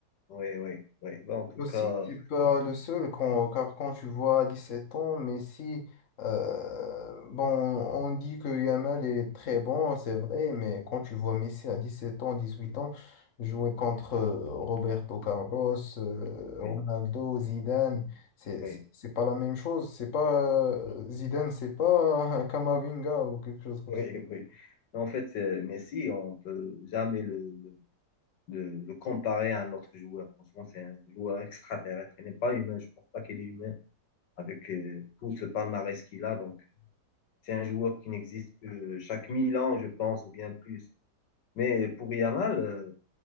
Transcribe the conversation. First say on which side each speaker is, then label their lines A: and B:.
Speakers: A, on the left; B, on the left.
A: oui, oui, oui. Ben, en tout
B: Aussi,
A: cas,
B: tu peux le seul quand, car quand tu vois 17 ans, mais si, euh, bon, on dit que Yamal est très bon, c'est vrai, mais quand tu vois Messi à 17 ans, 18 ans, jouer contre euh, Roberto Carlos, euh,
A: oui,
B: Ronaldo, Zidane, c'est,
A: oui,
B: c'est c'est pas la même chose. C'est pas, euh, Zidane, c'est pas <laughs> Camavinga ou quelque chose comme
A: oui,
B: ça.
A: oui. <laughs> En fait, c'est- Messi, on ne peut jamais le, de le comparer à un autre joueur. Franchement, c'est un joueur extraterrestre. Il n'est pas humain. Je ne pense pas qu'il est humain avec euh, tout ce palmarès qu'il a. Donc, c'est un joueur qui n'existe que chaque mille ans, je pense, ou bien plus. Mais pour Yamal, euh,